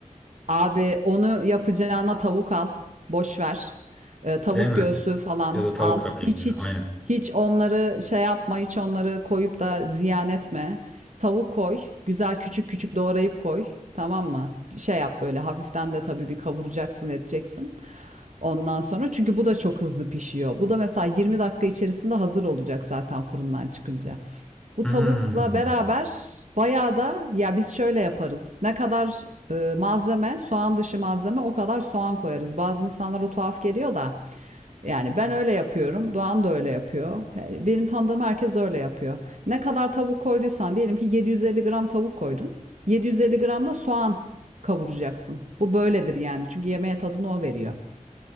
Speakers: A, on the right (about 60°); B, in the centre.
A: Abi onu yapacağına tavuk al, boş ver. Iıı, tavuk
B: değil mi?
A: göğsü falan
B: Ya da tavuk
A: al.
B: yapayım
A: Hiç
B: ya
A: hiç
B: aynen.
A: hiç onları şey yapma, hiç onları koyup da ziyan etme. Tavuk koy, güzel küçük küçük doğrayıp koy, tamam mı? Şey yap böyle hafiften de tabii bir kavuracaksın, edeceksin. Ondan sonra çünkü bu da çok hızlı pişiyor. Bu da mesela 20 dakika içerisinde hazır olacak zaten fırından çıkınca. Bu
B: Hmm.
A: tavukla beraber bayağı da ya biz şöyle yaparız. Ne kadar e, malzeme, soğan dışı malzeme o kadar soğan koyarız. Bazı insanlara tuhaf geliyor da yani ben öyle yapıyorum. Doğan da öyle yapıyor. Yani benim tanıdığım herkes öyle yapıyor. Ne kadar tavuk koyduysan diyelim ki 750 gram tavuk koydun. 750 gram da soğan kavuracaksın. Bu böyledir yani. Çünkü yemeğe tadını o veriyor.